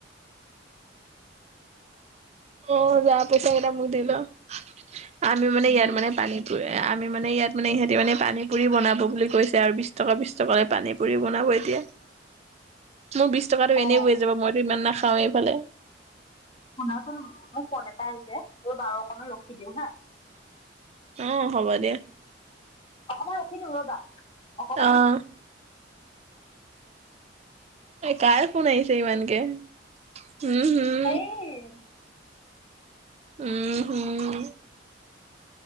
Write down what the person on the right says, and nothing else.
অ' য <unintelligible> পইচা কটা মোক দিল <unintelligible> আমি মানে
ইয়াৰানে <inaudible> পানম আমি মানে ইয়াত মানে ইহঁতি মানে পানী পুৰি বনাব বুলি কৈছে আৰু বিছ টকা বিছ টকাকৈ পানী পুৰি বনাব এতিয়া মোৰ বিশ টকাতটো
এনেই হৈ যাব মইতো ইমান নাখাও এইফালে
অ' হ'ব দিয়া।
অ'। কাৰ ফোন আহিছে ইমানকে? হম, হুম।
উম, হম।